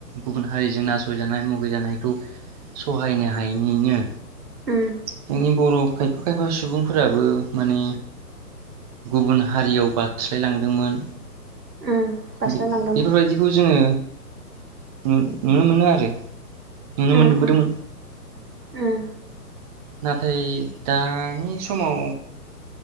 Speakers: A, on the right; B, on the right.
A: गुबुन हारिजों नासयजानाय मुगैजानायखौ सहायनो हायैनिनो
B: उम
A: जोंनि बरफ खायफा खायफा सुबुंफोराबो माने गुबुन हारियाव बास्लायलांदोंमोन
B: उम बास्लायलांदोंमोन
A: बे बेफोरबायदिखौ जोङो नु नुनो मोनो आरो नुनो मोनबोदोंमोन
B: उम उम उम
A: नाथाय दानि समाव